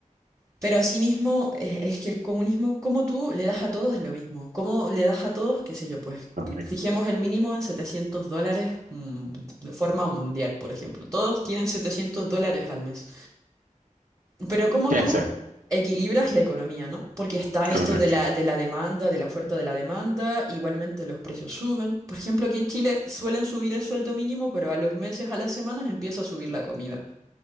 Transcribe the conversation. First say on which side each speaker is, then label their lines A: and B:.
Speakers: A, on the right (about 25°); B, on the right (about 80°).
A: Pero asimismo, es, es que el comunismo, como tú le das a todos lo mismo? ¿Cómo le das a todos, qué sé yo, pues
B: Correcto.
A: fijemos el mínimo en 700 dólares mm, de forma mundial, por ejemplo? Todos tienen 700 dólares al mes. Pero ¿cómo
B: ¿Qué
A: tú
B: hacer?
A: equilibras la economía, ¿no? Porque está esto
B: Correcto.
A: de la, de la demanda, de la oferta de la demanda, igualmente los precios suben. Por ejemplo, aquí en Chile suelen subir el sueldo mínimo, pero a los meses, a las semanas empieza a subir la comida.